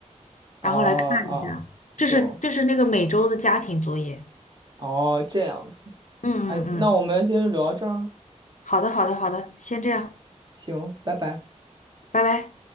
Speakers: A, on the right (about 35°); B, on the left (about 80°).
A: 哦
B: 然后来看一下，
A: 哦，行，
B: 这是这是那个每周的家庭作业，
A: 哦这样子，
B: 嗯嗯嗯，
A: 哎，那我们今天就聊到这儿，
B: 好的好的好的，先这样，
A: 行，拜拜。
B: 拜拜。